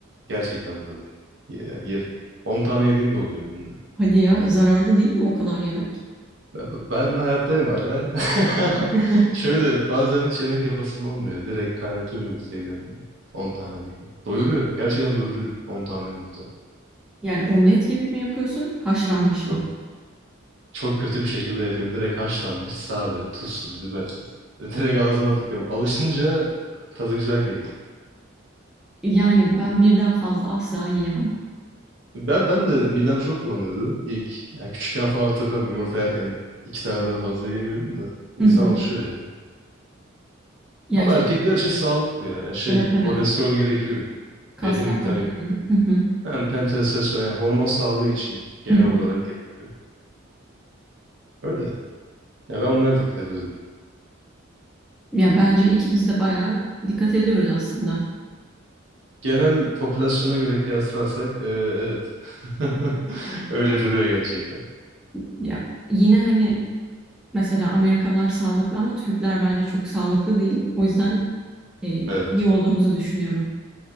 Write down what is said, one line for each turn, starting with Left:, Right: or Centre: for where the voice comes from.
Right: Gerçekten bu arada. Ye- Yani yerim. 10 tane yediğim de oluyor günde.
Centre: Hadi ya zararlı değil mi o kadar yemek?
Right: Ben ben hayattayım hala. <laughs>
Centre: <laughs>
Right: Şöyle bazen hiç yemek yapasım olmuyor. Direkt kaynatıyorum yumurtayı yiyorum yani. 10 tane böyle. Doyuruyor. Gerçekten doyuruyor 10 tane yumurta.
Centre: Yani omlet gibi mi yapıyorsun, haşlanmış
Right: Yok.
Centre: mı?
Right: Çok kötü bir şekilde yapıyorum. Direkt haşlanmış, sade, tuzsuz, bibersiz. <laughs> Direkt ağzıma atıyorum. Alışınca tadı güzel geliyor.
Centre: Yani ben birden fazla asla yiyemem.
Right: Ben ben de midem çok bulanıyordu ilk. Yani küçükken falan hatırlıyorum yumurta yerken iki taneden fazla yiyemiyordum da. İnsan
Centre: Hı hı.
Right: alışıyor ya.
Centre: Yani
Right: Ama
Centre: ş-
Right: erkekler için sağlıklı ya. Ya şey,
Centre: evet evet
Right: kolesterol gerekiyor.
Centre: kas
Right: Belli bir miktar
Centre: yapmak
Right: gerekiyor.
Centre: için. Hı hı.
Right: Hem, hem testosteron yani hormon sağlığı için genel
Centre: Hı hı.
Right: olarak gerekiyor. Öyle. Ya ben onlara dikkat ediyorum.
Centre: Ya bence ikimiz de bayağı dikkat ediyoruz aslında.
Right: Genel popülasyona göre kıyaslarsak e, evet. <laughs> Öyle duruyor gerçekten.
Centre: Ya yine hani mesela Amerikalılar sağlıklı ama Türkler bence çok sağlıklı değil. O yüzden e,
Right: Evet.
Centre: iyi olduğumuzu düşünüyorum.